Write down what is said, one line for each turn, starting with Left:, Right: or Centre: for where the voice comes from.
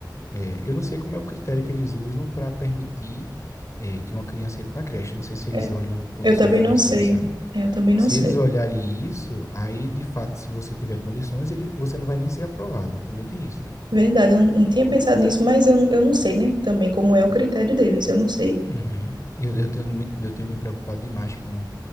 Left: é, eu não sei como é o critério que eles usam para permitir é, que uma criança entre na creche, não sei se eles
Right: É,
Left: olham condições
Right: eu também
Left: financeiras,
Right: não sei.
Left: sabe?
Right: Eu também não
Left: Se
Right: sei.
Left: eles olharem isso, aí de fato, se você tiver condições, ele, você não vai nem ser aprovada, também tem isso, né?
Right: Verdade, eu não não tinha pensado nisso, mas eu, eu não sei, né? Também como é o critério deles, eu não sei.
Left: Uhum. Eu, eu tenho muito, eu tenho me preocupado demais com,